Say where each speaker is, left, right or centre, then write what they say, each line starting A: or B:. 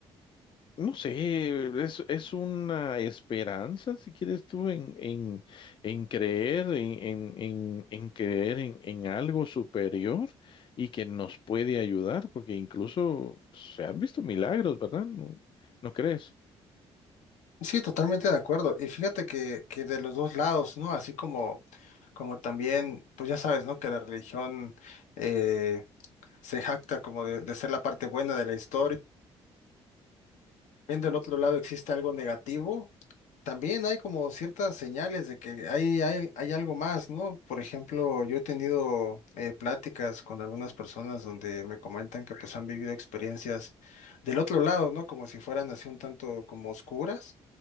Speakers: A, on the left; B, on the left.
A: no sé, es, es una esperanza, si quieres tú, en, en, en creer, en, en, en, en creer en, en algo superior y que nos puede ayudar, porque incluso se han visto milagros, ¿verdad? ¿No, no crees?
B: Sí, totalmente de acuerdo. Y fíjate que, que de los dos lados, ¿no? Así como, como también, pues ya sabes, ¿no? Que la religión eh, se jacta como de, de ser la parte buena de la historia viendo el otro lado existe algo negativo, también hay como ciertas señales de que hay, hay, hay algo más, ¿no? Por ejemplo, yo he tenido eh, pláticas con algunas personas donde me comentan que pues han vivido experiencias del otro lado, ¿no? Como si fueran así un tanto como oscuras.